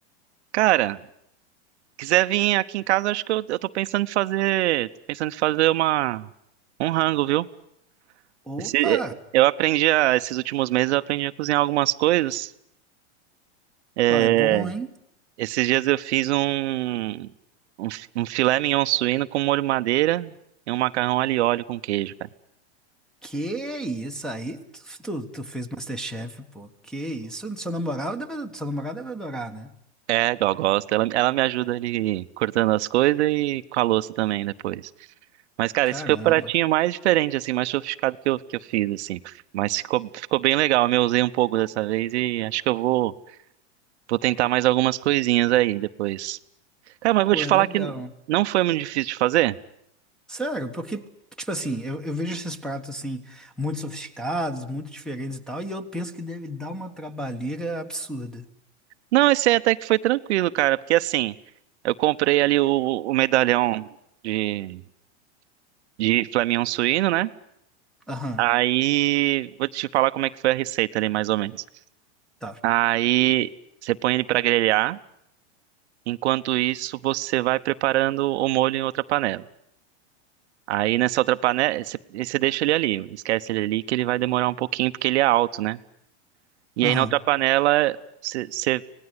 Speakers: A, on the right; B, in the centre.
A: Cara, quiser vir aqui em casa, acho que eu, eu tô pensando em fazer, tô pensando em fazer uma um rango, viu?
B: Opa,
A: Esse- eu aprendi a, esses últimos meses eu aprendi a cozinhar algumas coisas. É,
B: pai, bom, hein?
A: esses dias eu fiz um, um, um filé mignon suíno com molho madeira e um macarrão alho e óleo com queijo, cara.
B: Que isso aí? Tu, tu, tu fez MasterChef, pô. Que isso? Seu namorado deve, seu namorado deve adorar, né?
A: É, ela gosta. Ela, ela me ajuda ali cortando as coisas e com a louça também depois. Mas, cara,
B: Caramba.
A: esse foi o pratinho mais diferente, assim, mais sofisticado que eu, que eu fiz, assim. Mas ficou, ficou bem legal. Eu usei um pouco dessa vez e acho que eu vou, vou tentar mais algumas coisinhas aí depois. Cara, mas eu
B: Pô,
A: vou te
B: é
A: falar
B: legal.
A: que não foi muito difícil de fazer?
B: Sério, porque, tipo assim, eu, eu vejo esses pratos, assim, muito sofisticados, muito diferentes e tal, e eu penso que deve dar uma trabalheira absurda.
A: Não, esse aí até que foi tranquilo, cara, porque assim, eu comprei ali o, o medalhão de, de Flamião suíno, né?
B: Aham,
A: Aí vou te falar como é que foi a receita ali, mais ou menos.
B: tá.
A: Aí você põe ele para grelhar. Enquanto isso, você vai preparando o molho em outra panela. Aí nessa outra panela, você, você deixa ele ali, esquece ele ali que ele vai demorar um pouquinho porque ele é alto, né? E
B: Aham,
A: aí na outra panela, você você